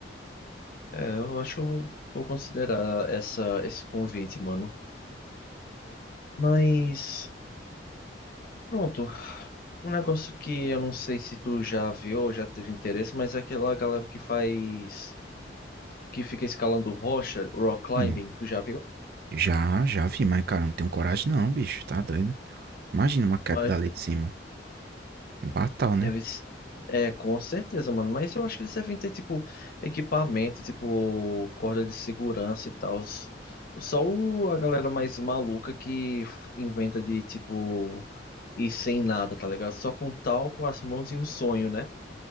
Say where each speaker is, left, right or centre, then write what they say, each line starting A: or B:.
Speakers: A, on the left (about 50°); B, on the right (about 55°).
A: é, eu acho que eu vou, vou considerar essa, esse convite, mano. Mas. Pronto. Um negócio que eu não sei se tu já viu ou já teve interesse, mas é aquela galera que faz, que fica escalando rocha, rock climbing,
B: Hum.
A: tu já viu?
B: Já, já vi, mas cara, eu não tenho coragem não, bicho, tá doido? Imagina uma queda
A: Mas
B: dali de cima. É fatal, né?
A: deve ser- é, com certeza, mano. Mas eu acho que eles devem ter, tipo, equipamento, tipo, corda de segurança e tal. Só o- a galera mais maluca que f- inventa de, tipo, ir sem nada, tá ligado? Só com tal com as mãos e um sonho, né?